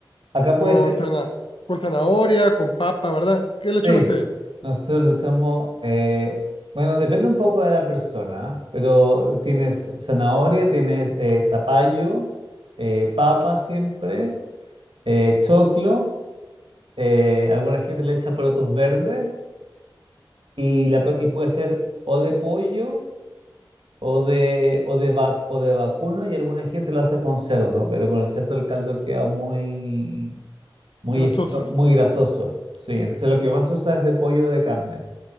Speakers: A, on the right (about 80°); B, on the left (about 75°).
A: acá
B: con,
A: puede ser,
B: zana- con zanahoria, con papa, ¿verdad? ¿Qué
A: sí,
B: le echan ustedes?
A: nosotros le echamos, eh, bueno, depende un poco de la persona, ¿ah? pero tienes zanahoria, tienes eh, zapallo, eh, papa siempre, eh, choclo, eh, alguna gente le echa porotos verdes Y, la, pro- y puede ser o de pollo o de, o de, vac- o de vacuno y alguna gente lo hace con cerdo, pero con el cerdo el caldo queda muy, muy,
B: Grasoso.
A: esp- muy grasoso. Sí, entonces lo que más se usa es de pollo o de carne.